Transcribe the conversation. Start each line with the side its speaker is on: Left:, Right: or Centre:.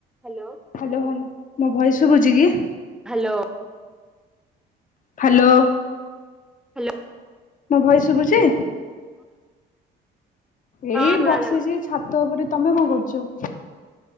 Centre: Hello.
Left: Hello hello. ମୋ voice ସୁଵୁ ଚି କି?
Centre: ହ୍ୟାଲୋ।
Left: ହ୍ୟାଲୋ।
Centre: ହ୍ୟାଲୋ।
Left: ମୋ ଭୟେସ ଶୁଭୁଛି? ଏଇ
Centre: କଣ
Left: ବସିଛି ଛାତ ଉପରେ। ତମେ କଣ କରୁଚ